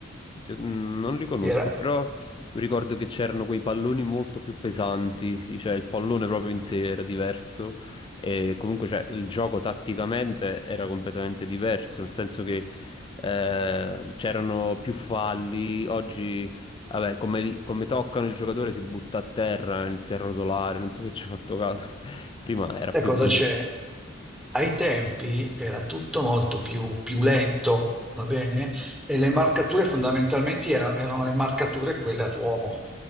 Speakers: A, on the left; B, in the centre.
A: Dio, mm, non li conosco,
B: che era
A: però mi ricordo che c'erano quei palloni molto più pesanti, cioè il pallone proprio in sé era diverso e comunque cioè, il gioco tatticamente era completamente diverso, nel senso che eh, c'erano più falli, oggi vabbè, come, li- come toccano il giocatore si butta a terra, inizia a rotolare, non so se ci hai fatto caso, <laughs> prima era
B: Sai
A: più
B: cosa
A: duro.
B: c'è? Ai tempi era tutto molto più, più lento, va bene? E le marcature fondamentalmente era- erano le marcature quelle ad uomo.